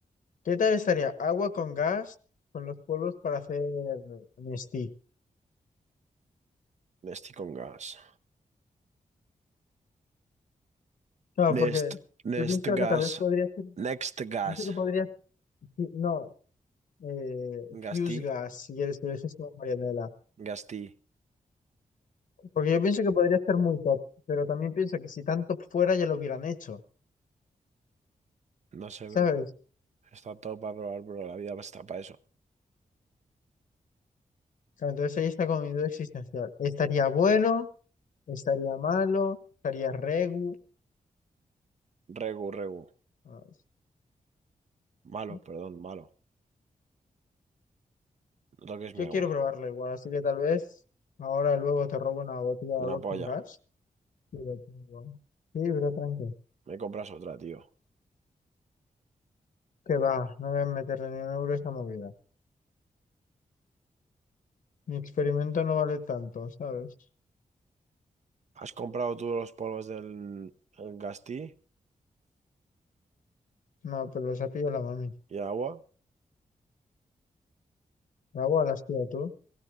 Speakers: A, on the left; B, on the right.
A: ¿Qué tal estaría agua con gas con los polvos para hacer Nestí?
B: Nesti con gas.
A: No,
B: Nest,
A: porque
B: Nest
A: yo pienso
B: gas,
A: que tal vez podría ser,
B: Next gas.
A: pienso que podría, sí, no, eh,
B: Gasti,
A: Fuse Gas, si quieres, pero eso es como Marianela.
B: Gasti.
A: Porque yo pienso que podría ser muy top, pero también pienso que si tan top fuera ya lo hubieran hecho,
B: No sé,
A: ¿sabes?
B: bro.
A: O
B: Está todo para probar, bro. La vida está para eso.
A: entonces ahí está como mi duda existencial. ¿Estaría bueno? ¿Estaría malo? ¿Estaría regu?
B: Regu, regu.
A: ¿Sabes?
B: Malo,
A: ¿No?
B: perdón, malo. No toques
A: Yo
B: mi
A: quiero
B: agua.
A: probarlo igual, así que tal vez ahora luego te robo una botella de agua
B: Una polla.
A: con gas y lo pongo. Sí, pero tranqui.
B: Me compras otra, tío.
A: Que va, no voy a meterle ni un euro a esta movida. Mi experimento no vale tanto, ¿sabes?
B: ¿Has comprado tú los polvos del el Gasti
A: No, pero los ha pillado la mami.
B: y agua?
A: El agua la has pillado tú.